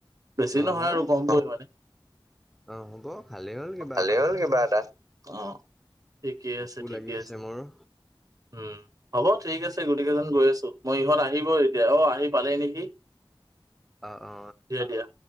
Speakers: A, on the right; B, in the centre.
A: বেছি
B: অ
A: নহয়
B: হ'ব
A: আৰু গমটো মানে।
B: অ হ'ব ভালেই হ'ল কিবা
A: ভালেই
B: এটা
A: হ'ল কিবা এটা, অ। ঠিকেই
B: ভোকো
A: আছে ঠিকে
B: লাগি
A: আছে,
B: মোৰো
A: উম। হ'ব ঠিক আছে গোটেই কেইজন গৈ আছো, মই ইহত আহিব এতিয়া অ আহি পালেই নেকি?
B: আ অ।
A: দিয়া দিয়া।